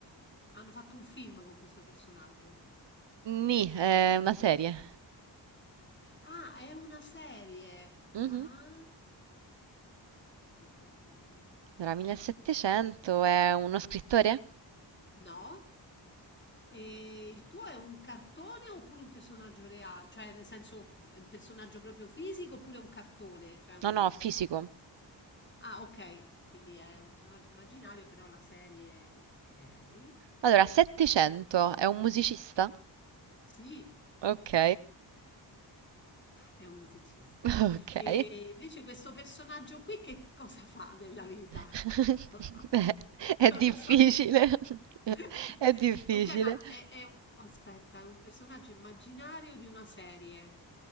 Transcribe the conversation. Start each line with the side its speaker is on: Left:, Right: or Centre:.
Left: hanno fatto un film con questo personaggio.
Right: Ni è una serie.
Left: Ah, è una serie.
Right: Mhm.
Left: Ah, ho capito.
Right: Allora, 1700 è uno scrittore?
Left: No? E il tuo è un cartone oppure un personaggio reale? Cioè, nel senso, è un personaggio proprio fisico oppure è un cartone? Cioè, un...
Right: No, no, fisico.
Left: Ah, ok, quindi è un personaggio immaginario, però la serie... Ok.
Right: Allora, 700 è un musicista?
Left: Sì,
Right: Ok,
Left: è un musicista.
Right: <laughs> ok.
Left: E invece questo personaggio qui che cosa fa nella vita?
Right: <laughs>
Left: <laughs>
Right: Beh, è
Left: Non
Right: difficile.
Left: lo so che... ca-
Right: <laughs>
Left: <laughs>
Right: È difficile.
Left: Ok, ma è, è un- aspetta, è un personaggio immaginario di una serie.